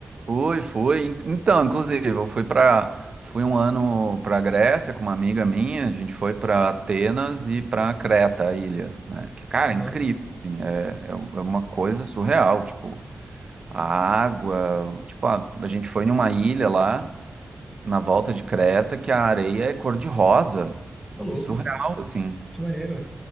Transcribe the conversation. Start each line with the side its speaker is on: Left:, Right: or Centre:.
Right: Foi, foi. In- Então, inclusive, eu fui para, fui um ano para Grécia com uma amiga minha. A gente foi para Atenas e para Creta, a ilha, né? Que, cara,
Centre: Aham.
Right: é incrível. assim, é, é u- é uma coisa surreal. Tipo, a água. Tipo, a, a gente foi numa ilha lá na volta de Creta que a areia é cor-de-rosa.
Centre: Ô, louco.
Right: É surreal, assim.
Centre: Que maneiro.